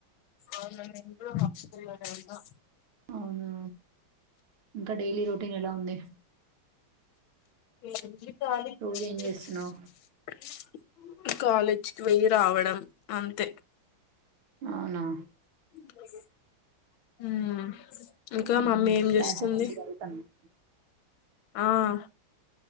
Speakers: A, on the left; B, on the right.
A: అవునండిఇన్నిరోజులు హాస్టల్ ఉన్న
B: అవునా ఇంకా డైలీ రొటీన్ ఎలా ఉంది
A: ఏంజి <unintelligible>
B: రోజు ఏం చేస్తున్నావు
A: కాాలేజ్ కి వోయత్ రావడం అంతే
B: అవునా
A: <unintelligible> ఉమ్ ఇంకా
B: ఉహు
A: మమ్మీ ఏం
B: క్లాస్
A: జేస్తుంది
B: మంచిగా జరుగుతాందా
A: ఆహా